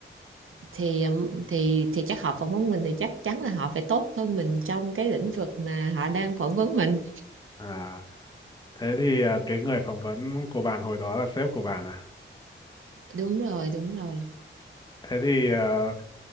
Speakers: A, on the right (about 75°); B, on the left (about 20°).
A: thì thì thì chắc họ phỏng vấn mình thì chắc chắn là họ phải tốt hơn mình trong cái lĩnh vực mà họ đang phỏng vấn mình
B: À, thế thì à, cái người phỏng vấn của bạn hồi đó là sếp của bạn à?
A: đúng rồi đúng rồi
B: Thế thì ờ,